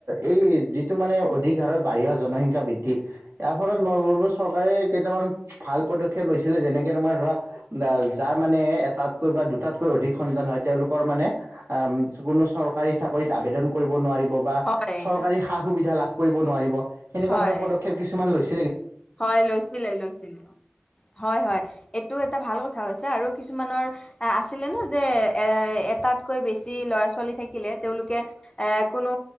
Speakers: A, on the right; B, on the left.
A: এই যিটো মানে অধিক হাৰত বাঢ়িৰ জনসংখ্যা বৃদ্ধি ইয়াৰ ফলত ল <unintelligible> চৰকাৰে কেইটামান ভাল পদক্ষেপ লৈছিলে যেনেকে তোমাৰ ধৰা যাৰ মানে এটাতকৈ বা দুটাতকৈ অধিক সন্তান হয় তেওঁলোকৰ মানে কোনো চৰকাৰী চাকৰিত আবেদন কৰিব ব নোৱাৰিব বা
B: হয়
A: চৰকাৰী সা সুবিধা লাভ কৰিব নেৱাৰিব এনেকুৱা
B: হয়
A: ধৰণৰ পদক্ষেপ কিছুমান লৈছে।
B: হয় লৈছিলে লৈছিলে হয় হয় এইটো এটা ভাল কথা হৈছে আৰু কিছুমানৰ আছিলে নে যে এ এটাতকৈ বেছি ল'ৰা ছোৱালী থাকিলে তেওঁলোকে এ কোনো